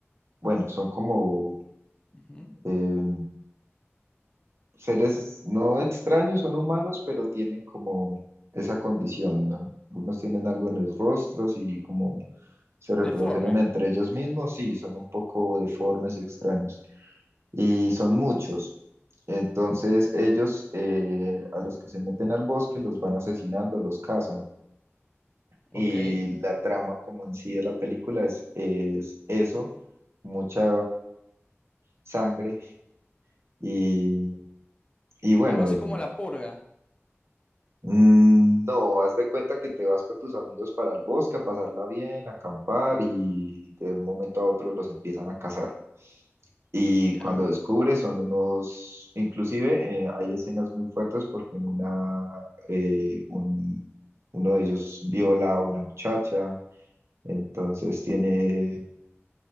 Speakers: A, on the right (about 65°); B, on the left (about 20°).
A: bueno, son como
B: Ujú.
A: eh, seres no extraños, son humanos, pero tienen como esa condición, ¿no? Algunos tienen algo en los rostros y como se reprodujeron
B: Deforme.
A: entre ellos mismos, sí, son un poco deformes y extraños. y son muchos. Entonces ellos eh, a los que se meten al bosque los van asesinando, los cazan. Y
B: Ok.
A: la trama como en sí de la película es, es eso, mucha sangre y, y bueno,
B: Algo así
A: el,
B: como La Purga.
A: mm, no, haz de cuenta que te vas con tus amigos para el bosque a pasarla bien, a acampar y de un momento a otro los empiezan a cazar. Y
B: Diablo.
A: cuando descubre son unos, inclusive eh, hay escenas muy fuertes porque en una, eh, un- uno de ellos viola a una muchacha, entonces tiene,